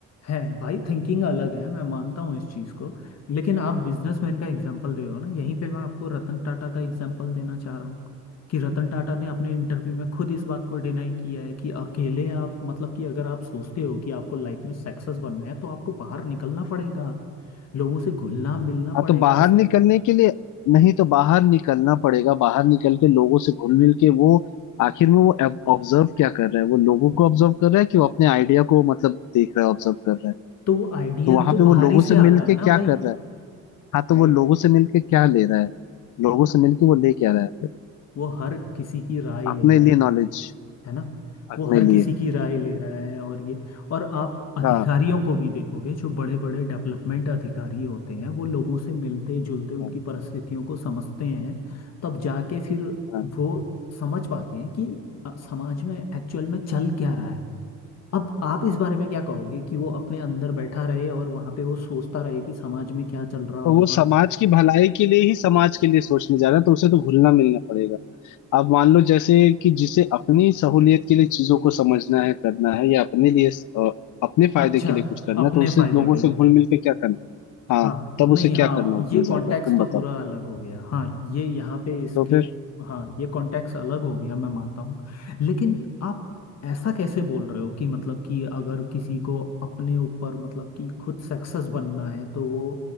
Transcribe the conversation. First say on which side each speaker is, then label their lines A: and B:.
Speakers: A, on the left (about 55°); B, on the left (about 75°).
A: है भाई थिंकिंग अलग है मैं मानता हूँ इस चीज़ को लेकिन आप बिजनेसमैन का एग्जांपल दे रहे हो ना यहीं पे मैं आपको रतन टाटा का एग्जांपल देना चाह रहा हूँ कि रतन टाटा ने अपने इंटरव्यू में खुद इस बात को डिनाई किया है कि अकेले आप मतलब कि अगर आप सोचते हो कि आपको लाइफ में सक्सेस बनना है तो आपको बाहर निकलना पड़ेगा लोगों से घुलना मिलना पड़ेगा
B: हाँ तो बाहर
A: सब
B: निकलने के लिए नहीं तो बाहर निकलना पड़ेगा बाहर निकल के लोगों से घुल मिल के वो आखिर में वो ऑब्जर्व क्या कर रहा है वो लोगों को ऑब्जर्व कर रहा है कि वो अपने आइडिया को मतलब देख रहा है ऑब्जर्व कर रहा है
A: तो वो आइडिया
B: तो
A: भी
B: वहां
A: तो
B: पे वो
A: बाहर
B: लोगों
A: ही से
B: से
A: आता
B: मिल
A: है
B: के
A: ना
B: क्या
A: भाई
B: कर रहा है हाँ तो
A: आइडिया
B: वो लोगों से मिल के क्या ले रहा है लोगों
A: अपना
B: से मिल के वो ले क्या रहा है
A: वो हर किसी की राय ले
B: अपने
A: रहा
B: लिए
A: है
B: नॉलेज
A: है ना
B: अपने
A: वो हर किसी
B: लिए
A: की राय ले रहा है और ये और आप अधिकारियों
B: हाँ
A: को भी देखोगे जो बड़े बड़े डेवलपमेंट अधिकारी होते हैं वो लोगों से मिलते जुलते उनकी
B: हाँ
A: परिस्थितियों को समझते हैं तब जाके फिर
B: हाँ।
A: वो समझ पाते हैं कि अ, समाज में एक्चुअल में चल क्या रहा है अब आप इस बारे में क्या कहोगे कि वो अपने अंदर बैठा रहे और वहां पे वो सोचता रहे कि समाज में क्या चल रहा होगा
B: तो वो समाज की भलाई के लिए ही समाज के लिए सोचने जा रहा है तो उसे तो घुलना मिलना पड़ेगा अब मान लो जैसे कि जिसे अपनी सहूलियत के लिए चीजों को समझना है करना है या अपने लिए अ, अपने फायदे
A: अच्छा
B: के लिए कुछ करना
A: अपने
B: है तो उसे
A: फायदे
B: लोगों
A: के लिए
B: से घुल मिल के क्या करना हाँ
A: हाँ
B: तब
A: नहीं
B: उसे
A: हाँ
B: क्या करना उतना
A: ये
B: ज्यादा
A: कॉन्टेक्स्ट
B: तुम
A: तो
B: बताओ
A: पूरा अलग हो गया हाँ ये यहाँ पे इसके
B: तो फिर
A: हाँ ये कॉन्टेक्स्ट अलग हो गया मैं मानता हूँ लेकिन आप ऐसा कैसे बोल रहे हो कि मतलब कि अगर किसी को अपने ऊपर मतलब कि खुद सक्सेस बनना है तो वो